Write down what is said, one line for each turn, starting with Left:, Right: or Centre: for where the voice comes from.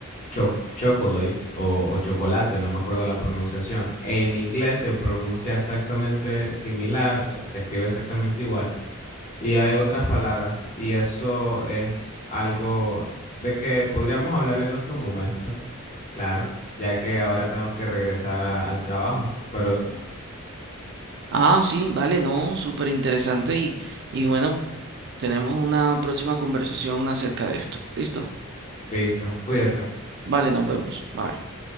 Left: cho- chocolate o, o chocolate, no me acuerdo la pronunciación. En inglés se pronuncia exactamente similar, se escribe exactamente igual. Y hay otras palabras, y eso es algo de que podríamos hablar en otro momento, claro, ya que ahora tengo que regresar a- al trabajo. Pero sí,
Right: ah, sí, vale, no, súper interesante y, y bueno, tenemos una próxima conversación acerca de esto. ¿Listo?
Left: listo, cuídate.
Right: Vale, nos vemos. Bye.